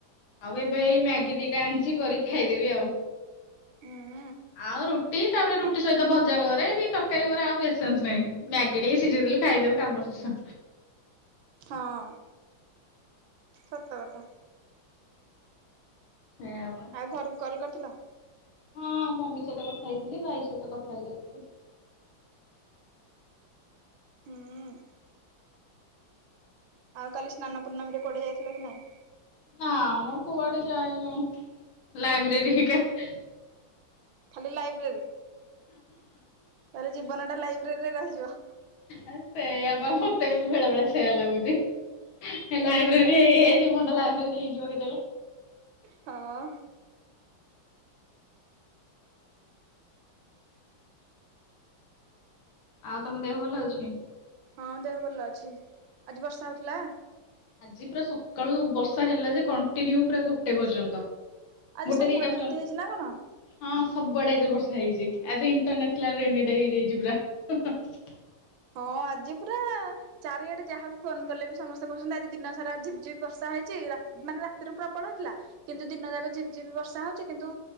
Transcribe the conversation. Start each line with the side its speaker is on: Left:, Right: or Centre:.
Left: ଆଉ ଏବେ ଏଇ ମ୍ୟାଗି ଦିଇଟା ଆଣିଚି କରିକି ଖାଇଦେବି ଆଉ।
Right: ହୁଁ।
Left: ଆଉ ରୁଟି ତାପରେ ରୁଟି ସହିତ ଭଜା କରେ କି ତରକାରୀ କରେ ଆଉ ପେସେନ୍ସ ନାହିଁ। ମ୍ୟାଗି ଟିକେ ସିଝେଇ ଦେଲୁ। ଖାଇଦୋବୁ କାମ ଶେଷ।
Right: ହଁ ସତ କଥା।
Left: ସେଇପା।
Right: ଆଉ ଘରକୁ କଲ୍ କରିଥିଲ?
Left: ହଁ ମମି ସହିତ କଥା ହେଇଥିଲି ଭାଇ ସହିତ କଥା ହେଇଯାଇଥିଲି।
Right: ହୁଁ। ଆଉ କାଲି ସ୍ନାନପୂର୍ଣମୀରେ କୁଆଡେ ଯାଇଥିଲ କି ନାଇଁ?
Left: ନାଁ ମ କୁଆଡେ ଯାଇନୁ ଲାଇବ୍ରେରି ହିକା <unintelligible>
Right: ଖାଲି ଲାଇବ୍ରେରୀ ତାହେଲେ ଜୀବନଟା ଲାଇବ୍ରେରୀରେ ରହିଯିବ।
Left: ଆ ସେଇୟା ପା ମତେ ବି ବେଳେ ବେଳେ ସେଇୟା ଲାଗୁଚି। ଏ ଲାଇବ୍ରେରୀ ହେଇ ହେଇ ଜୀ ବନଟା ଲାଇବ୍ରେରୀ ହେଇଯିବ କେତେବେଳେ।
Right: ହଁ।
Left: ଆଉ ତମ ଦେହ ଭଲ ଅଛି?
Right: ହଁ ଦେହ ଭଲ ଅଛି। ଆଜି ବର୍ଷା ହୋଉଥିଲା?
Left: ଆଜି ପୁରା ସକାଳୁ ବର୍ଷା ହେଲା ଯେ କଣ୍ଟିନ୍ୟୁ ପୁରା ଗୋଟେ ପର୍ଯ୍ୟନ୍ତ।
Right: ଆଜି
Left: ଗୋଟେ
Right: ସବୁଆଡେ
Left: ଦିଇଟା ପର୍ଯ୍ୟନ୍ତ।
Right: ଏମିତି ହେଇଛି ନା କଣ?
Left: ହଁ ସବୁ ଆଡେ ଏଇଥର ବର୍ଷା ହେଇଚି। ଆଜି ଇଣ୍ଟରନ୍ୟାସନାଲ ରେନି ଡେ ହେଇଯାଇଚି ପୁରା। <unintelligible>
Right: ହଁ ଆଜି ପୁରା ଚାରିଆଡେ ଯାହାକୁ ଫୋନ୍ କଲେ ବି ସମସ୍ତେ କୋହୁଛନ୍ତି ଆଜି ଦିନ ସାରା ଝିପ ଝିପି ବର୍ଷା ହେଇଚି ରା ମାନେ ରାତିରୁ ପ୍ରବଳ ହେଇଥିଲା। କିନ୍ତୁ ଦିନ ଯାକ ଝିିପ୍ ଝିପ୍ ବର୍ଷା ହୋଉଚି କିନ୍ତୁ